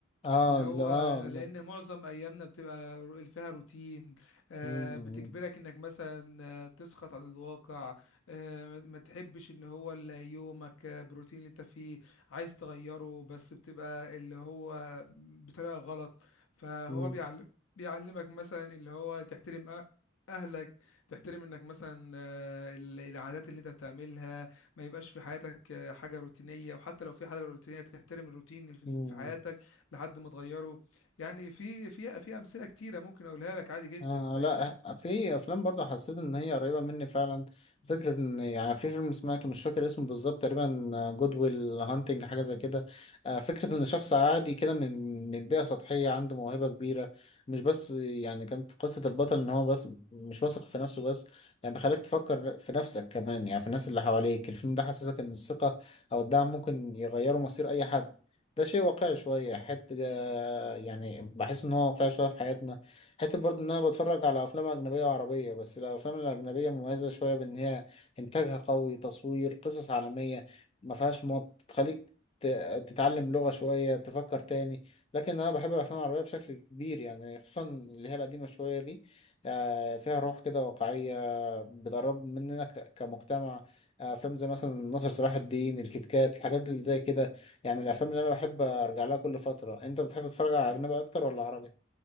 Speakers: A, on the left (about 30°); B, on the left (about 85°).
A: اه
B: اللي هو
A: لا اه
B: لان
A: لا
B: معظم ايامنا بتبقى رو- فيها روتين آه،
A: مم،
B: بتجبرك انك مثلا آه، تسقط عن الواقع آه، ما ما تحبش ان هو ال- يومك آه، بالروتين اللي انت فيه عايز تغيره بس بتبقى اللي هو بطريقة غلط فهو
A: مم،
B: بيعلم بيعلمك مثلا اللي هو تحترم أ- اهلك تحترم انك مثلا آه، ال- العادات اللي انت بتعملها ما يبقاش في حياتك آه، حاجة روتينية وحتى لو في حاجة روتينية تحترم الروتين اللي في
A: مم.
B: في حياتك لحد ما اتغيروا يعني في في في امثله كتيره ممكن اقولها لك عادي جدا
A: آه
B: فاهمني
A: لا في افلام برضه حسيت ان هي قريبه مني فعلا فكره ان يعني في فيلم سمعته مش فاكر اسمه بالظبط تقريبا جود ويل هانتنج حاجه زي كده آه فكره ان شخص عادي كده من من بيئه سطحيه عنده موهبه كبيره مش بس يعني كانت قصه البطل ان هو بس مش واثق في نفسه بس يعني خليك تفكر في نفسك كمان يعني في الناس اللي حواليك الفيلم ده حسسك ان الثقه او الدعم ممكن يغيروا مصير اي حد ده شيء واقعي شويه حته آه، يعني بحس ان هو واقعي شويه في حياتنا حتى برضه ان انا بتفرج على افلام اجنبيه وعربيه بس الافلام الاجنبيه مميزه شويه بان هي انتاجها قوي تصوير قصص عالميه ما فيهاش مط تخليك ت- تتعلم لغه شويه تفكر تاني لكن انا بحب الافلام العربيه بشكل كبير يعني خصوصا اللي هي القديمه شويه دي آه، فيها روح كده واقعيه بتقرب مننا ك- كمجتمع آه، افلام زي مثلا ناصر صلاح الدين الكتكات الحاجات اللي زي كده يعني من الافلام اللي انا بحب ارجع لها كل فتره انت بتحب تتفرج على اجنبي اكتر ولا عربي